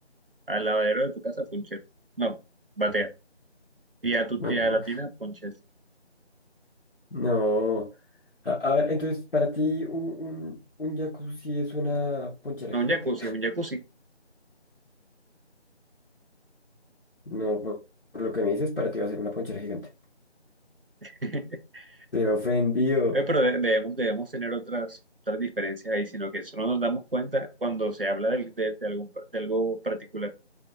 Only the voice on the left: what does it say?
Batea.
No. A, a ver, entonces, para ti, un, un, un jacuzzi es una ponchera
gigante.
No, por, por lo que me dices, para ti va a ser una ponchera gigante.
Te he ofendido.